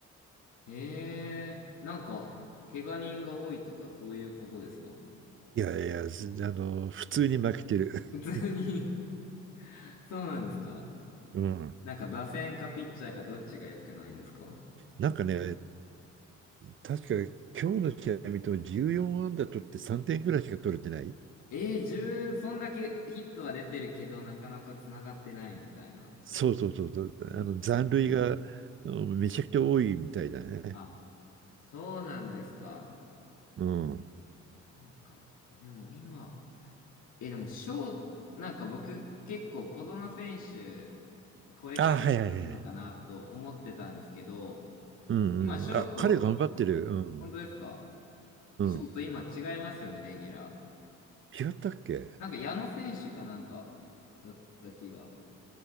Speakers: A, on the left; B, on the right.
A: ええ、なんか、怪我人が多いとか、そういうことですか
B: いやいや、あの、普通に負けてる。
A: 普通に
B: <laughs>
A: <laughs> そうなんですか
B: うん。
A: なんか、打線かピッチャーかどっちが良くないんですか
B: なんかね、確か今日の試合見ても14安ー取って3点ぐらいしか取れてない。
A: ええ、10、そんだけヒットは出てるけど、なかなか繋がってないみたいなことです。
B: そうそうそうそう。
A: ええ
B: あの残塁がうんめちゃくちゃ多いみたいだね。
A: あ、そうなんですか。
B: うん。
A: そうか。でも今、え、でも翔、なんか僕結構小園選手、これから出てくるのかなと思ってたんですけど、
B: あ、はいはいはい。うんうん。
A: 今翔と、
B: あ、彼頑張ってる。うん。
A: 本当ですか
B: うん。
A: え、翔と今違いますよね、レギュラー。
B: 違ったっけ
A: なんか矢野選手かなんか、だった気が。